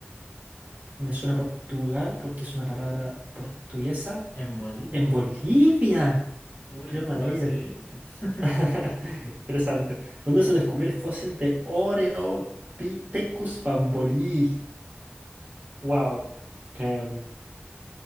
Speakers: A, on the right; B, on the left.
A: me suena Portugal porque es una palabra portuguesa.
B: en Bolivia.
A: En Bolivia,
B: Uy,
A: Río
B: ¿cómo
A: Madeira.
B: así? <laughs>
A: <laughs> Interesante. ¿Dónde se descubrió el fósil de Oreopithecus bambolii? Wow. Em,